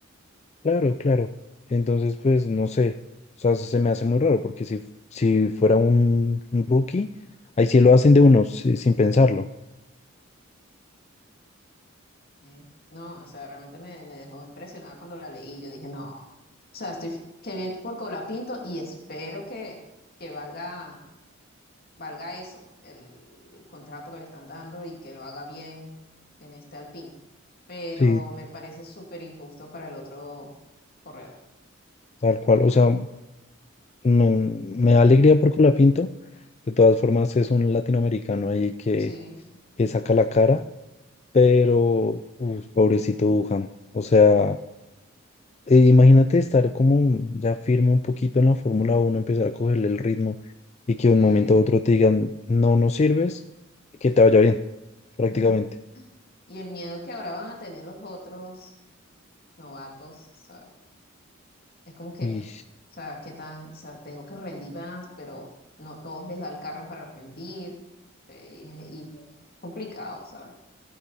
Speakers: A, on the left (about 30°); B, on the left (about 50°).
A: claro, claro. Entonces, pues, no sé. O sea, se me hace muy raro porque si, si fuera un, un rookie, ahí
B: Ujú.
A: sí lo hacen de uno, si- sin pensarlo.
B: Sí. No, o sea, realmente me, me dejó impresionada cuando la leí. Yo dije, no, o sea, estoy, qué bien por Colapinto y espero que, que valga valga eso, el contrato que le están dando y que lo haga bien en este Alpine. Pero
A: Sí,
B: me parece súper injusto para el otro corredor.
A: tal cual. O sea, no- me da alegría por Colapinto. De todas formas, es un latinoamericano ahí que,
B: Sí, sí.
A: que saca la cara. Pero, uf, pobrecito Wuhan. O sea eh, imagínate estar como ya firme un poquito en la Fórmula uno empezar a cogerle el ritmo y que de
B: sí.
A: un momento a otro te digan, no, no sirves, que te vaya bien, prácticamente.
B: <laughs> Y el miedo que ahora van a tener los otros novatos, ¿sabes? Es como que,
A: Y
B: o sea, ¿qué tan, o sea, tengo que rendir más, pero no todos les da el carro para rendir, eh, y, y es complicado, ¿sabes?